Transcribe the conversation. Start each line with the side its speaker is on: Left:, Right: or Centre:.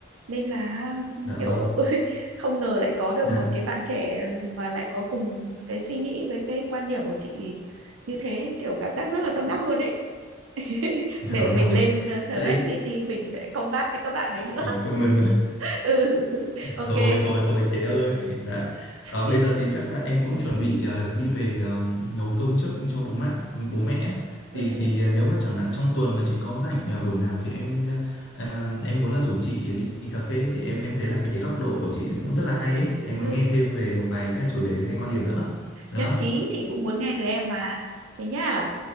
Right: nên là ừ,
Left: dạ
Right: kiểu
Left: vâng.
Right: <laughs> ôi, không ngờ lại có được
Left: Dạ,
Right: một cái bạn trẻ mà lại có cùng cái suy nghĩ với cái quan điểm của chị như thế kiểu cảm giác rất là tâm đắc luôn ấy <laughs>
Left: dạ
Right: để mình
Left: vâng.
Right: lên ờ, Thread
Left: Đấy,
Right: City mình để combat với các bạn đấy nữa
Left: mình comment
Right: <laughs> ừ ok
Left: thôi thôi thôi chế ơi <laughs> dạ Ờ,
Right: chị
Left: bây giờ
Right: phải-
Left: thì chắc là em cũng chuẩn bị ờ, đi về ờ, nấu cơm trước cho bố mẹ bố mẹ á. thì
Right: ừ, ừ,
Left: thì ờ, nếu mà chẳng hạn trong tuần mà chị có rảnh ờ, buổi nào thì em ờ, em muốn là rủ chị đi, đi cà phê thì em em thấy là cái góc độ của chị cũng rất là hay ấy thì em muốn
Right: ừ.
Left: nghe thêm về một vài các chủ đề hay quan điểm nữa đó
Right: nhất trí chị cũng muốn nghe từ em mà thế nhá